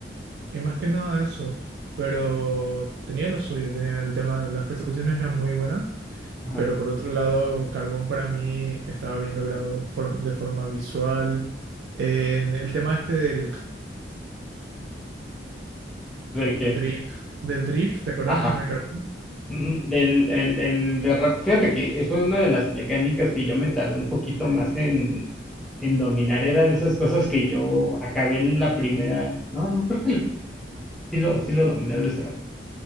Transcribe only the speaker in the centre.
ajá.
¿Del qué?
Ajá.
Ujú, Del el, el derrape. Fíjate que fue una de las mecánicas que yo me tardé un poquito más en dominar. Era de esas cosas que yo acabé la primera. No, no, creo que el- sí lo, sí lo dominé desde la primera.